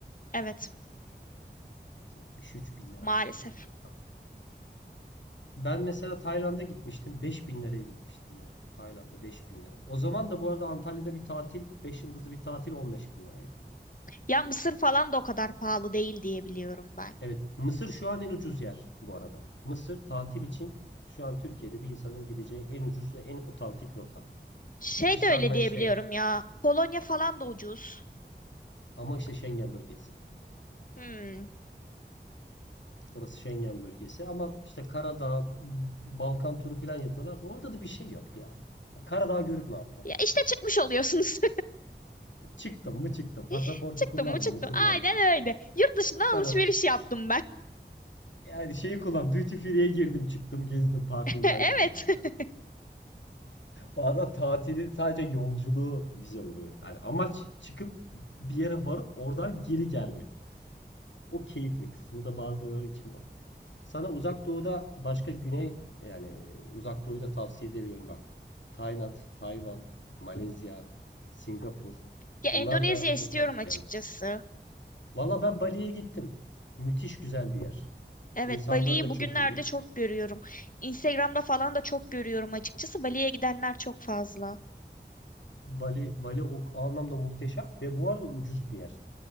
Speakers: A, on the left; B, on the left.
A: evet
B: Ya 73 bin lira
A: maalesef.
B: çok büyük rakam. Ben mesela Tayland'a gitmiştim. 5 bin liraya gitmiştim ya. Tayland'a 5 bin lira. O zaman da bu arada Antalya'da bir tatil, 5 yıldızlı bir tatil 15 bin liraydı.
A: Ya Mısır falan da o kadar pahalı değil diye biliyorum ben.
B: Evet. Mısır şu an en ucuz yer bu arada. Mısır tatil için şu an Türkiye'de bir insanın gideceği en ucuz ve en otantik rota.
A: Şey
B: Yani bir Şarm
A: de öyle diye
B: şey,
A: biliyorum ya. Polonya falan da ucuz.
B: Ama işte Schengen bölgesi.
A: Hmm.
B: Orası Schengen bölgesi. Ama işte Karadağ, Balkan turu falan yapıyorlar da orada da bir şey yok Ya Karadağ görüp ne yapacağım?
A: Ya işte çıkmış oluyorsunuz.
B: Çıktım mı çıktım. Pasaportu
A: <laughs> Çıktım
B: kullandım
A: mı çıktım.
B: mı kullandım.
A: Aynen öyle. Yurt dışından
B: Ben
A: alışveriş
B: o
A: yaptım ben.
B: yani şeyi kullan duty free'ye girdim çıktım gezdim parfümler
A: <laughs>
B: gördüm
A: Evet. <laughs>
B: filan. Bazen tatili sadece yolculuğu güzel oluyor. Yani amaç çıkıp bir yere varıp oradan geri gelmek. O keyifli kısmı da bazıları için o. Sana uzak doğuda başka güney yani uzak doğuyu da tavsiye edebilirim bak. Tayland, Tayvan, Malezya, Singapur.
A: Ya
B: Bunlar
A: Endonezya
B: da
A: istiyorum
B: otantik
A: açıkçası.
B: yerler. Valla ben Bali'ye gittim. Müthiş güzel bir yer.
A: Evet,
B: İnsanları
A: Bali'yi
B: da
A: bugünlerde
B: çok iyi.
A: çok görüyorum. Instagram'da falan da çok görüyorum açıkçası. Bali'ye gidenler çok fazla.
B: Bali, Bali o, o anlamda muhteşem ve bu arada ucuz bir yer.